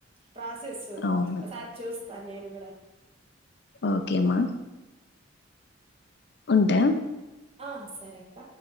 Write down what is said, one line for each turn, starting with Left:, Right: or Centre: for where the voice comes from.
Right: ప్రాసెస్స్
Left: అవును.
Right: ఓసారి చూస్తా నేను కూడా
Left: ఓకేమా ఉంటా
Right: ఆ సరే అక్క